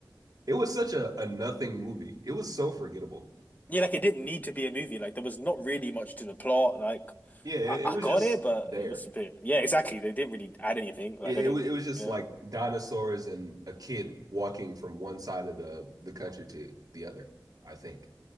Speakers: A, on the right; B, on the left.
A: It was such a, a nothing movie. It was so forgettable.
B: yeah, like it didn't need to be a movie. Like there was not really much to the plot. Like
A: Yeah, it,
B: I, I
A: it was
B: got
A: just
B: it, but
A: there.
B: it was a bit. Yeah, exactly. They didn't really add anything. Like
A: It,
B: I
A: it,
B: didn't.
A: it was just
B: Yeah,
A: like dinosaurs and a kid walking from one side of the, the country to the other, I think.